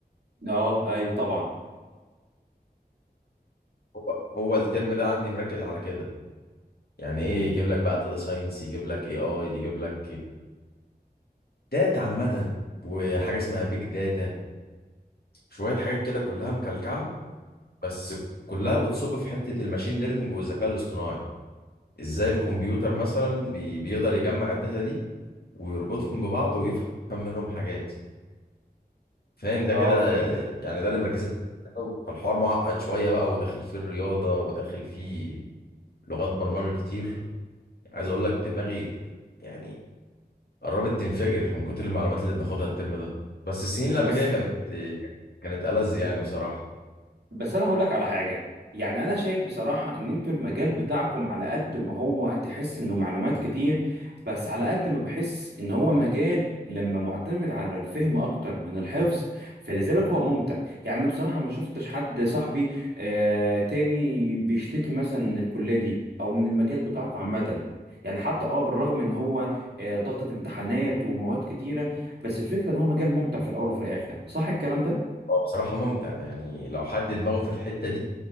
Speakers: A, on the right; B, on the left.
A: اه ايوه طبعا
B: هو هو الترم ده عندي مركز على كده يعني ايه يجيب لك بقى داتا ساينس يجيب لك اي اي يجيب لك داتا عامه وحاجه اسمها بيج داتا شوية حاجات كده كلها مكلكعة بس كلها بتصب في حتة الماشين ليرنينج والذكاء الاصطناعي ازاي الكمبيوتر مثلا بي بيقدر يجمع الداتا دي ويربطهم ببعض ويفهم منهم حاجات فاهم ده
A: اه
B: كده
A: فهمتك
B: يعني ده اللي مركزين عليه. فالحوار معقد شوية بقى وداخل فيه الرياضة وداخل فيه لغات برمجة كتير عايز اقول لك دماغي يعني قربت تنفجر من كتر المعلومات اللي بناخدها الترم ده بس السنين اللي قبل
A: بس
B: كده كانت كانت ألذ يعني بصراحة
A: بس انا هقول لك على حاجه يعني انا شايف بصراحه ان انتوا المجال بتاعكم على قد ما هو تحس انه معلومات كتير بس على قد ما بحس ان هو مجال لما معتمد على الفهم اكتر من الحفظ فلذلك هو ممتع يعني انا بصراحه ما شفتش حد صاحبي آه تاني بيشتكي مثلا من الكليه دي او من المجال بتاعكم عامه يعني حتى اه بالرغم ان هو آه ضغطة امتحانات ومواد كتيره بس الفكره ان هو مجال ممتع في الاول وفي الاخر صح الكلام ده
B: هو بصراحة ممتع يعني لو حد دماغه في الحتة دي